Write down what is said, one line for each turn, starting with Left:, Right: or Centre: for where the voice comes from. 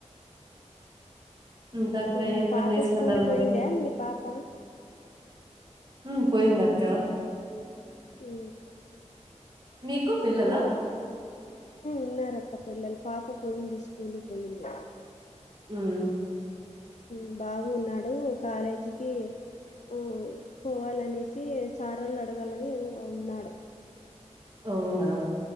Right: ఇంకా అక్క
Left: ఉ
Right: ఏం
Left: పాప
Right: పని చేస్తున్నారు
Left: స్కూల్ పోయిందా
Right: మరి
Left: మీ పాప
Right: ఉ పోయిందాక్క
Left: ఉ
Right: మీకు పిల్లలా
Left: నేను ఉన్నారు అక్క పిల్లలు పాప పోయింది స్కూల్ పోయింది
Right: హామ్
Left: ఉ బాగున్నాడు కాలేజీకి ఉ పోవాలనేసి చారోలు అడగాలని ఉన్నాడు
Right: అవునా